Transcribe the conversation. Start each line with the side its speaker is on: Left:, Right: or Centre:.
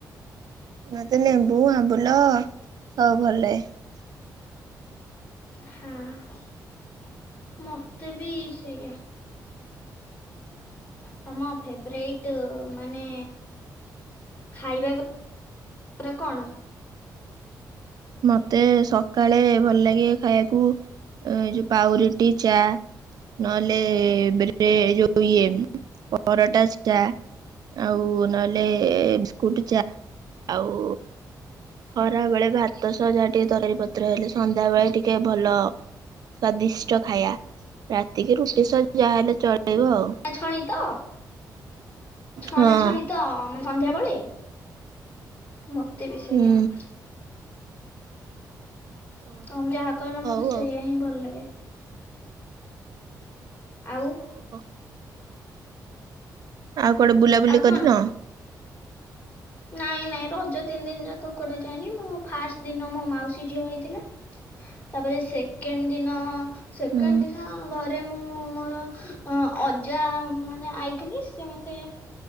Right: ମତେ ଲେମ୍ବୁ, ଆମ୍ବୁଲ ସବୁ ଭଲ ଲାଗେ।
Left: ହଁ ମ ମତେ ବି ସେଇଆ। ତମ ଫେବରାଇଟ୍ ମାନେ ଖାଇବା କ ଉପରେ କଣ?
Right: ମତେ ସକାଳେ ଭଲ ଲାଗେ ଖାଇବାକୁ ଏଇ ଯୋଉ ପାଉଁରୁଟି ଚା ନହେଲେ ଯୋଉ ଇଏ ପରଟା ଚା ଆଉ ନହଲେ ବିସ୍କୁଟ ଚା ଆଉ ଖରା ବେଳେ ଭାତ ଭାତ ସହ ଯାହା ଟିକେ ତରକାରୀ ପତ୍ର ହେଲେ ସନ୍ଧ୍ୟାବେେଳେ ଟିକେ ଭଲ ସ୍ଵାଦିଷ୍ଟ ଖାଇଆ ରାତିକି ରୁଟି ସହ ଯାହା ହେଲେ ଚଳିବ ଆଉ।
Left: ଛଣା ଛଣି ତ ଛଣା
Right: ହଁ
Left: ଛଣି ତ ମାନେ ସନ୍ଧ୍ୟାବେଳେ ମତେ ବି
Right: ହୁଁ।
Left: ସେଇଆ।
Right: ଓହୋ।
Left: ତମେ ଯାହା କହିଲ ମତେ
Right: ହଉ
Left: ସେଇଆ
Right: ଆଉ
Left: ହିଁ ଭଲ ଲାଗେ। ଆଉ
Right: ଓହୋଃ ଆଉ କୁଆଡେ ବୁଲାବୁଲି
Left: ଆଉ କଣ
Right: କରିନ?
Left: ନାଇଁ ନାଇଁ ରଜ ତିନି ଦିନ ଯାକ କୋଟେ ଯାଏନି ମୋ ଫାଷ୍ଟ ଦିନ ମୋ ମାଉସୀ ଝିଅ ଆଇଥିଲା। ତାପରେ ସେକେଣ୍ଡ୍ ଦିନ ସେକେଣ୍ଡ୍
Right: ହୁଁ
Left: ଦିନ ଘରେ ଘରେ ମୁଁ ମୋର ଅଜା ମାନେ ଆଇଥିଲେ ସିଏ ମତେ